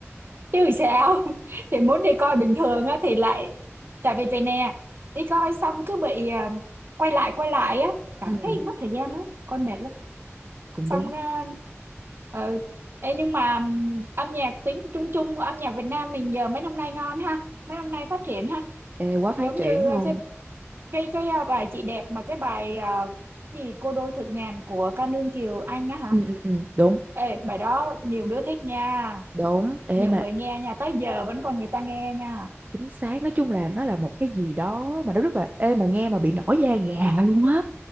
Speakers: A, on the right; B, on the right.
A: chứ sao <laughs> thì muốn đi coi bình thường á thì lại tại vì vậy nè đi coi xong cứ bị à, quay lại quay lại á cảm
B: ừ
A: thấy mất thời gian lắm coi mệt lắm
B: cũng
A: xong
B: đúng
A: à, ừ Ê, nhưng mà ừm, âm nhạc tiếng chung chung âm nhạc Việt Nam mình giờ mấy năm nay ngon ha mấy năm nay phát triển ha
B: ê quá phát
A: giống
B: triển
A: như ờ,
B: luôn
A: cái cái cái à, bài chị đẹp mà cái bài à, gì cô đôi thượng ngàn của ca nương Kiều Anh á hả
B: ừ ừ ừ đúng
A: Ê, bài đó nhiều đứa thích nha
B: đúng ê
A: nhiều
B: mà
A: người nghe nha tới giờ vẫn còn người ta nghe nha
B: chính xác nói chung là nó là một cái gì đó mà nó rất là ê mà nghe mà bị nổi da gà luôn á